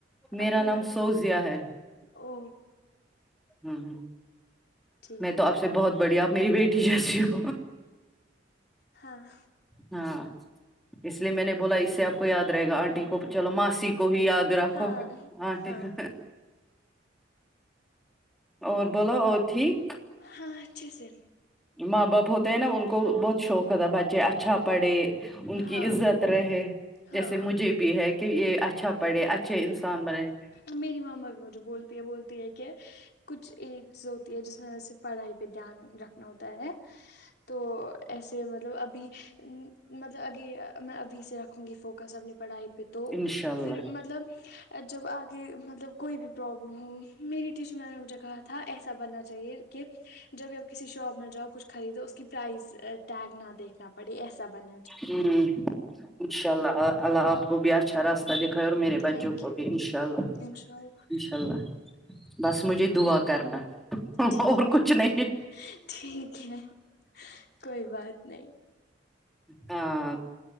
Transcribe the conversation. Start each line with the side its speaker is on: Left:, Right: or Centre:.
Centre: میرا
Left: آپ کا نام
Centre: سوزیا ہے
Left: او
Centre: ہوں ہ
Left: ٹھیک
Centre: میں تو آپ سے بہت بڑی آپ میری بیٹی جیسی ہو
Left: ہاں
Centre: ہاں اس لیے میں نے بولا اس سے آپ کو یاد رہے گا آنٹی کو چلو ماسی کو ہی یاد رکھو
Left: ہاں
Centre: انٹی
Left: ہاں
Centre: کو اور بولو اور ٹھیک
Left: ہاں اچھے سے
Centre: ماں باپ ہوتے ہیں نا ان کو بہت شوق ہوتا بچے اچھا پڑھے ان
Left: ہاں
Centre: کی عزت رہے
Left: ہاں
Centre: جیسے مجھے بھی ہے کہ یہ اچھا پڑھے ا چھے انسان بنیں
Left: میری مما بھی مجھے بولتی ہے بولتی ہے کہ کچھ ایڈز ہوتی ہے جس میں وجہ سے پڑھائی پہ دھیان رکھنا ہوتا ہے تو ایسے مطلب ابھی مطلب اگے میں ابھی سے رکھوں گی فوکس اپنے پڑھائی پہ تو
Centre: انشاء اللہ
Left: پھر مطلب جب آگے متلب کوئی بھی پرابلم ہو میری تشانے نے مجھے کہا تھا ایسا بننا چاہیے کہ جب بھی آپ کسی شاپ میں جاؤ کچھ خریدو اس کی پرائس ٹیگ نہ دیکھنا پڑ پڑھ ایسا بننے
Centre: ہمم انا نشاء اللہ اللہ آپ کو بھی اچھا رس دکھائے اور میرے بچوں
Left: تھینک
Centre: کو
Left: یو
Centre: بھی ان شاء اللہ
Left: انشاء اللہ
Centre: ان شاء اللہ بس مجھے دعا کرنا
Left: ٹھیک
Centre: اور کچھ
Left: ہے
Centre: نہیں
Left: ٹھیک ہے کوئی نہیں
Centre: ہاں